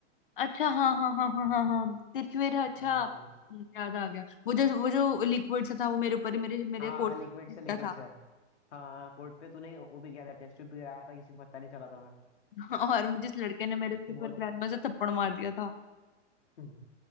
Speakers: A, on the left (about 45°); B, on the left (about 65°).
A: अच्छा हाँ हाँ हाँ हाँ हाँ हाँ तिरकवेर है, अच्छा
B: हाँ
A: हम्म, याद आ गया वो जो वो जो लिक्विड सा था वो मेरे ऊपर ही मेरे मेरे
B: हाँ
A: कोट
B: लिक्विड से
A: का
B: लिक्विड
A: था
B: से हाँ कोर्ट पे तूने वो भी किया था टेस्ट ट्यूब भी कराया था किसी को पता नहीं चला था वह
A: <laughs> और जिस लड़के ने मेरे उसके
B: बहुत
A: ऊपर ग्रैंड से थप्पड़ मार दिया था
B: हम्म।